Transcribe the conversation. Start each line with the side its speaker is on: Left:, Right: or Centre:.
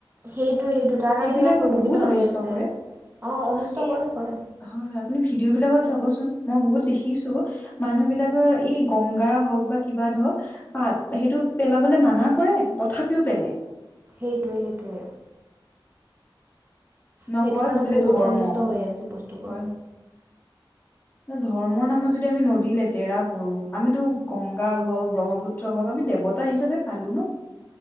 Right: সেইটোৱে সেইটো তাৰ
Left: সেইবিলাকে
Right: কাৰণে কিমান প্ৰদূষিত
Left: বহুত
Right: হৈ
Left: অনিষ্ট
Right: আছে
Left: কৰে।
Right: অ অনিষ্ট
Left: হয়
Right: কৰে কৰে
Left: হয় আপুনি ভিডিঅ বিলাক চাবোন মই বহুত দেখিছোঁ মানুহ বিলাকৰ এই গংগা হওক বা কিবা ধওক পাত সেইটো পেলাবলৈ মানা কৰে তথাপিও পেলায়।
Right: সেইটোৱে সেইটোৱে আৰু
Left: নকয়
Right: সেইটো কাৰণে
Left: বোলে
Right: বহুত
Left: ধৰ্ম
Right: অনিষ্ট হৈ আছে বস্তুবোৰ।
Left: হয় ধৰ্মৰ নামত যদি আমি নদী লেতেৰা কৰো, আমিতো গংগা হক ব্ৰহ্মপুত্ৰ ক <inaudible> আমি দেৱতা হিচাপে পালো ন?